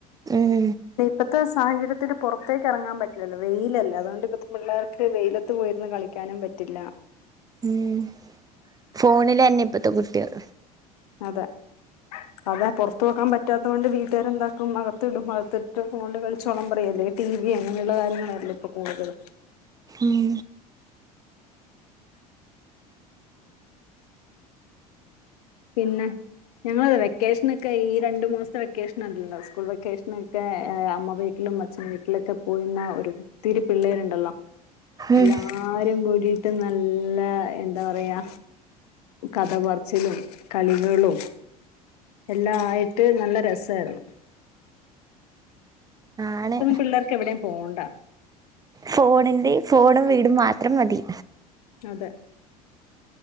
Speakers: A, on the right (about 20°); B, on the left (about 75°).
A: ഉം
B: ഇപ്പത്തെ സാഹചര്യത്തില് പൊർത്തേക്ക് എറങ്ങാൻ പറ്റില്ലല്ലോ വെയിലല്ലേ അതോണ്ട് ഇപ്പത്തെ പിള്ളേർക്ക് വെയില ത്ത് പോയിര്ന്ന് കളിക്കാനും പറ്റില്ല
A: ഉം ഫോണില് തന്നെയാ ഇപ്പത്തെ കുട്ടികൾ
B: അതാ അതാ പൊറത്തു പോക്കാൻ പറ്റാത്തോണ്ട് വീട്ടുകാര് എന്താക്കും അകത്തിടും അകത്തിട്ട് ഫോണില് കളിച്ചോളാൻ പറയും അല്ലെ ടി വി അങ്ങനെയുള്ള കാര്യങ്ങളാ ഇവിടെ ഇപ്പം കൂടുതല്
A: ഉം
B: പിന്നെ ഞങ്ങളെ വെക്കോഷനൊക്കെ ഈ രണ്ട് മാസത്തെ വെക്കേഷൻ ഉണ്ടല്ലോ സ്കൂൾ വെക്കേഷനൊക്കെ അമ്മ വീട്ടിലും അച്ഛൻ വീട്ടിലൊക്കെ പോയി നിന്നാ ഒര് ഒത്തിരി പിള്ളേര് ഉണ്ടല്ലോ
A: ഉം
B: എല്ലാ രും കൂടീട്ട് നല്ല എന്താ പറയാ കഥ പറച്ചിലും കളികളും എല്ലാ ആയിട്ട് നല്ല രസമായിരുന്നു
A: ആണ്
B: ഇപ്പൊന്നും പിള്ളേർക്ക് എവിടേം പോവണ്ട
A: ഫോണെണ്ടേൽ ഫോണും വീടും മാത്രം മതി.
B: അതെ